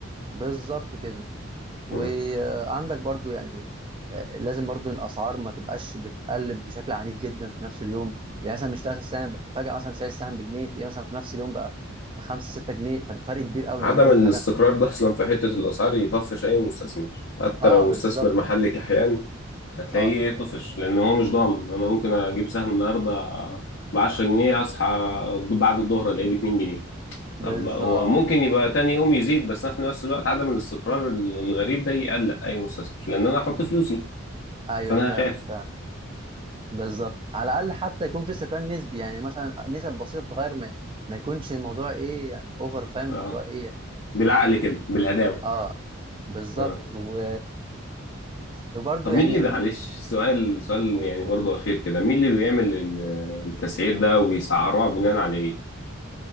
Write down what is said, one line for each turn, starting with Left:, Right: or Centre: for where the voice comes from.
Right: بالظبط كده وعندك
Left: مم.
Right: برضو يعني آه، لازم برضو الاسعار ما تبقاش بتقلب بشكل عنيف جدا في نفس اليوم يعني مثلا مش تلاقي السهم فجاه مثلا سعر السهم بجنيه تلاقيه مثلا في نفس اليوم بقى بخمسة ستة جنيه فرق كبير قوي
Left: عدم
Right: دي برضو
Left: الاستقرار
Right: حاجه
Left: ده اصلا في حته الاسعار يطفش اي مستثمر حتى
Right: اه
Left: لو
Right: بالظبط
Left: مستثمر محلي كحيان هتلاقيه
Right: اه
Left: إيه طفش لان هو مش ضامن انا ممكن اجيب سهم النهارده ب 10 جنيه اصحى بعد الظهر الاقيه ب 2 جنيه
Right: بالظبط
Left: طب ما هو ممكن يبقى تاني يوم يزيد بس أنا في نفس الوقت عدم الاستقرار الغريب ده يقلق اي مستثمر لان انا هحط فلوسي
Right: ايوه
Left: فانا
Right: فعلا
Left: هخاف
Right: فعلا بالظبط على الاقل حتى يكون في استقرار نسبي يعني مثلا نسب بسيطه بتتغير ما, ما يكونش الموضوع ايه يعني اوفر فاهم الموضوع
Left: اه
Right: ايه يعني
Left: بالعقل كده بالهداوه
Right: اه بالظبط
Left: اه
Right: و... وبرضو
Left: طب
Right: يعني
Left: مين اللي معلش سؤال سؤال
Right: قول
Left: يعني
Right: قول
Left: برضو اخير كده مين اللي بيعمل ال- التسعير ده وبيسعروها بناء على ايه